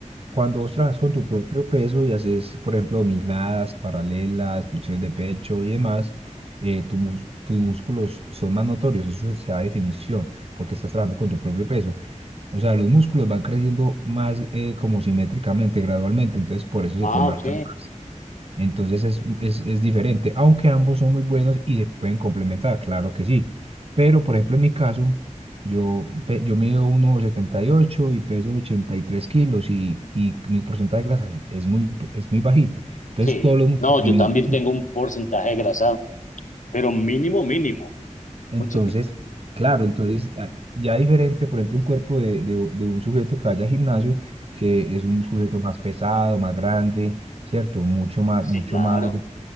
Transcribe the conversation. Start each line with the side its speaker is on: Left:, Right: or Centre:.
Right: cuando vos trabajas con tu propio peso y haces, por ejemplo, dominadas, paralelas, flexiones de pecho y demás, eh, tu mus- tus músculos son más notorios, eso se da definición, porque estás trabajando con tu propio peso. O sea, los músculos van creciendo más eh, como simétricamente, gradualmente, entonces por eso se
Left: Ah,
Right: te marcan
Left: ok.
Right: más. Entonces es, es, es diferente, aunque ambos son muy buenos y se pueden complementar, claro que sí. Pero, por ejemplo, en mi caso, yo, pe- yo mido uno coma setenta y ocho y peso 83 kilos y, y mi porcentaje de grasa es muy, po- es muy bajito. Entonces
Left: Sí.
Right: todos los músculos
Left: No,
Right: se
Left: yo
Right: me
Left: también
Right: notan
Left: tengo un porcentaje de grasa, pero mínimo, mínimo.
Right: Entonces,
Left: Muy chiquito.
Right: claro, entonces ah, ya diferente, por ejemplo, un cuerpo de, de u- de un sujeto que vaya al gimnasio, que es un sujeto más pesado, más grande, ¿cierto? Mucho más,
Left: Sí,
Right: mucho
Left: claro.
Right: más, de-